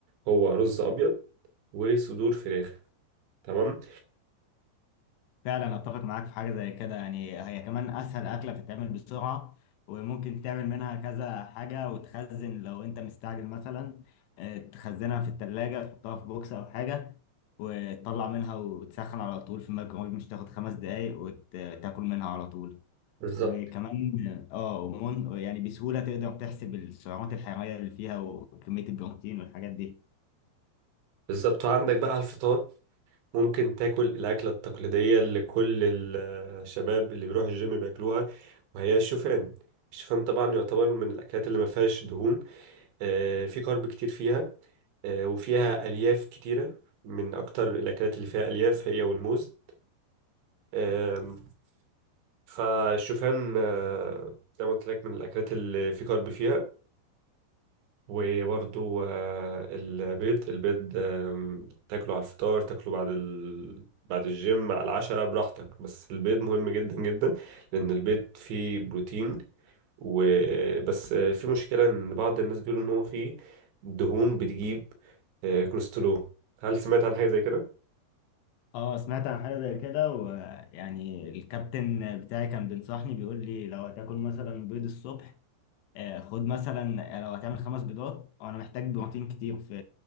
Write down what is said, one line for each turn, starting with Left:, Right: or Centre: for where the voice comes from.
Right: هو رز ابيض وصدور فراخ تمام
Left: فعلا اتفق معاك في حاجه زي كده يعني هي كمان اسهل اكله بتتعمل بسرعه وممكن تعمل منها كذا حاجه وتخزن لو انت مستعجل مثلا آه، تخزنها في التلاجة تحطها في بوكس او حاجه وتطلع منها وتسخن على طول في الميكرويف مش تاخد خمس دقايق وتاكل منها على طول
Right: بالظبط
Left: وكمان اه ومن يعني بسهوله تقدر تحسب السعرات الحراريه اللي فيها وكميه البروتين والحاجات دي
Right: بالظبط وعندك بقى الفطار ممكن تاكل الأكلة التقليدية اللي كل الشباب اللي بيروحوا الجيم بياكلوها وهي الشوفان الشوفان طبعا يعتبر من الأكلات اللي ما فيهاش دهون آه، في كارب كتير فيها آه، وفيها ألياف كتيرة من أكتر الأكلات اللي فيها ألياف هي والموز آم، فالشوفان آه، زي ما قلت لك من الأكلات اللي في كارب فيها وبرضو آه، البيض البيض آم، تاكله على الفطار تاكله بعد ال... بعد الجيم على العشاء براحتك بس البيض مهم جدا جدا لأن البيض فيه بروتين وبس في مشكلة إن بعض الناس بيقولوا إن هو فيه دهون بتجيب آه، كوليسترول هل سمعت عن حاجة زي كده؟
Left: اه سمعت عن حاجة زي كده ويعني الكابتن بتاعي كان بينصحني بيقول لي لو هتاكل مثلا بيض الصبح آه، خد مثلا آه، لو هتعمل خمس بيضات وانا محتاج بروتين كتير في